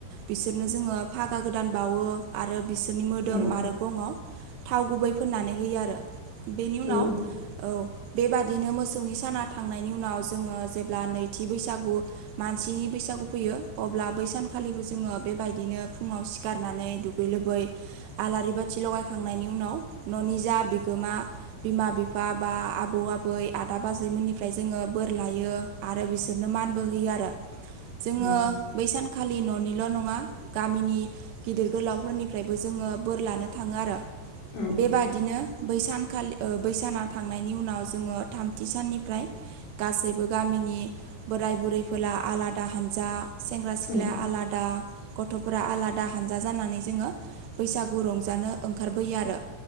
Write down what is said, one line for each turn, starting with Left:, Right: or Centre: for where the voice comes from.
Right: बिसोरनो जों फागा गोदान बावो आरो बिसोरनि मोदोम
Left: औ
Right: आरो गङआव थाव गुबै फोननानै होयो आरो बेनि उनाव
Left: औ
Right: औ बेबादिनो मोसौनि साना थांनायनि उनाव जोङो जेब्ला नैथि बैसागु मानसिनि बैसागु फैयो अब्ला बैसानखालिबो जोङो बेबायदिनो फुङाव सिखारनानै दुगै लोबै आलारि बाथि लगायखांनायनि उनाव न'निजा बि बिगोमा बिमा बिफा बा आबौ आबै आदा बाजैमोननिफ्राय जोङो बोर लायो आरो बिसोरनो मानबो होयो आरो जोङो
Left: औ औ
Right: बै सान खालि न'निल' नङा गामिनि गिदिर गोलावफोरनिफ्रायबो जोङो बोर लानो थाङो आरो
Left: औ
Right: बेबादिनो बैसानखालि बैसाना थांनायनि उनाव जोङो थामथि साननिफ्राय गासैबो गामि नि बोराय बुरैफोरा आलादा हानजा सेंग्रा सिख्लाया
Left: औ
Right: आलादा गथ'फोरा आलादा हानजा जानानै जोङो बैसागु रंजानो ओंखारबोयो आरो